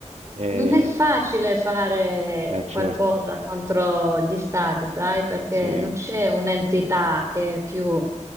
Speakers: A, on the right; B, on the right.
A: Eh,
B: non è facile fare
A: eh, certo,
B: qualcosa contro gli stati, sai, perché
A: sì,
B: non c'è un'entità che è più